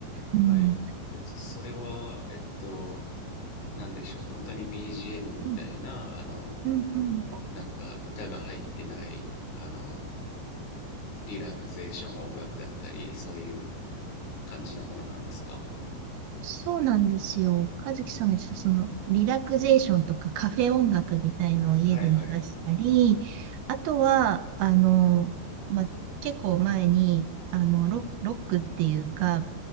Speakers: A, on the right (about 70°); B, on the left (about 90°).
A: うん、
B: はい。えっと、それは、えっと、なんでしょう、本当に BGM みたいな、
A: うん、
B: あの、
A: うん、うん。
B: なんか歌が入ってない、あの、リラクゼーション音楽だったり、そういう感じなものなんですか
A: そうなんですよ。和樹さんが言ってた、その、リラクゼーションとかカフェ音楽みたいのを家で流したり、
B: はいはい。
A: あとは、あの、まあ、結構前に、あの、ロ、ロックっていうか、